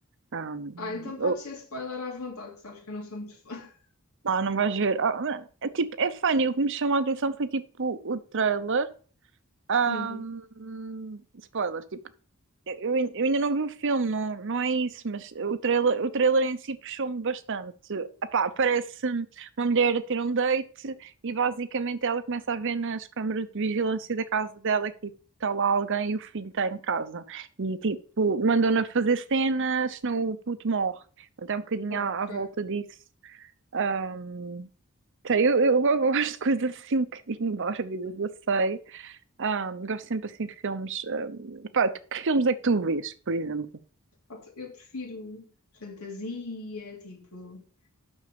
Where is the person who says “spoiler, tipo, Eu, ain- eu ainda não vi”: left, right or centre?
Right